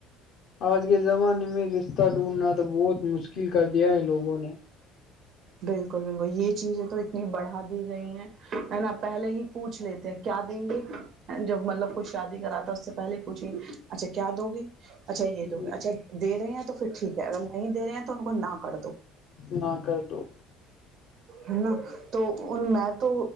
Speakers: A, on the left (about 60°); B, on the right (about 55°).
A: آج کے زمانے میں رشتہ ڈھونڈنا تو بہت مشکل کر دیا ہے لوگوں نے
B: بالکل بالکل یہ چیزیں تو اتنی بڑھا دی گئی ہیں ہے نا پہلے ہی پوچھ لیتے ہیں کیا دیں گے جب مطلب کچھ شادی کرا اس سے پہلے پوچھیں اچھا کیا دو گے اچھا یہ دو
A: جی
B: گ اچھا دے رہے ہیں تو پھر ٹھیک ہے اگر نہیں دے رہے ہیں تو ان کو نہ ک دو
A: نہ کر تو <unintelligible>
B: ہے نا <unintelligible> تو ان میں تو